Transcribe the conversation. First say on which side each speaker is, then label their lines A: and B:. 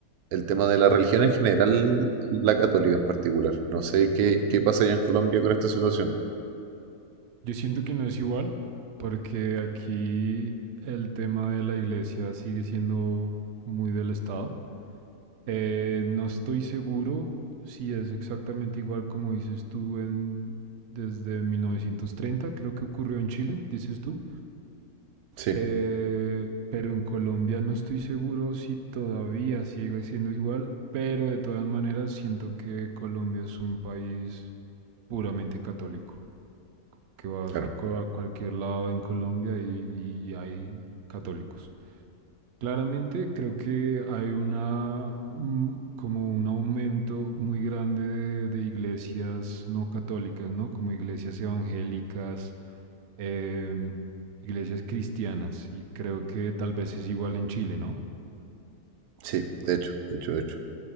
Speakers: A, on the right (about 80°); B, on the right (about 65°).
A: el tema de la religión en general, la católica en particular. No sé qué, qué pasa allá en Colombia con esta situación.
B: Yo siento que no es igual, porque aquí el tema de la iglesia sigue siendo muy del Estado. Eh, no estoy seguro si es exactamente igual como dices tú en, desde 1930. creo que ocurrió en Chile, dices tú.
A: Sí,
B: Eh, pero en Colombia no estoy seguro si todavía sigue siendo igual, pero de todas maneras siento que Colombia es un país puramente católico que vas
A: claro.
B: a, cu- a cualquier lado en Colombia y, y- y hay católicos. Claramente creo que hay una mm, como un aumento muy grande de, de iglesias no católicas, ¿no? Como iglesias evangélicas, em, iglesias cristianas, y creo que tal vez es igual en Chile, ¿no?
A: Sí, de hecho, de hecho, de hecho.